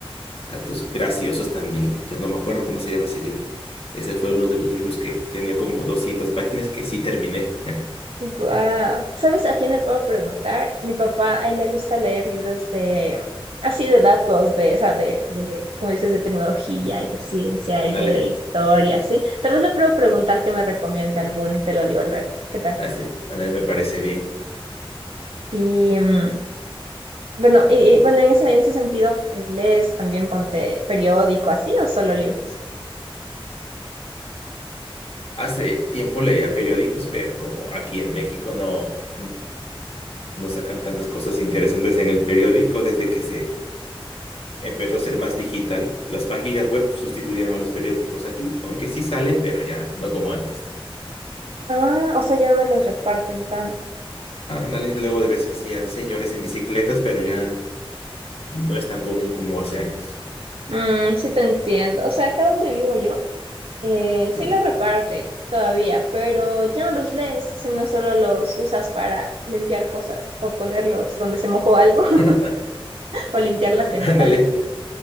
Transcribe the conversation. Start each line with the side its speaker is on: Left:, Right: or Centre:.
Left: datos graciosos también, ya no me acuerdo cómo se llama ese libro. Ese fue uno de los libros que tenía como 200 páginas que sí terminé.
Right: Guau. ¿Sabes a quién le puedo preguntar? Mi papá, a él le gusta leer libros de, así de datos, de, o sea, de, de, como dices, de tecnología y de ciencia
Left: <laughs> Ándale,
Right: y de Mm. historia, ¿sí? Tal vez le puedo preguntar que me recomiende alguno y te lo digo luego. ¿Qué tal?
Left: así, ándale, me parece bien.
Right: Y mm, bueno, y, y, bueno, en ese, en ese sentido, eh, ¿lees también ponte periódico así o solo libros?
Left: Hace tiempo leía periódicos, pero como aquí en México no, mm, no sacan tantas cosas interesantes en el periódico desde que se empezó a ser más digital. Las páginas web sustituyeron a los periódicos aquí, aunque sí salen, pero ya no como antes.
Right: Ah, o sea, ya no los reparten tanto.
Left: Ándale, luego de veces hacía señores en bicicletas, pero ya no es tan común como hace años.
Right: Mm, sí te entiendo. O sea, acá donde vivo yo. Eh,
Left: Sí.
Right: sí los reparten todavía, pero ya no los lees, sino solo los usas para limpiar cosas o ponerlos donde se mojó algo <laughs>
Left: <laughs>
Right: o limpiar las ventanas.
Left: Ándale,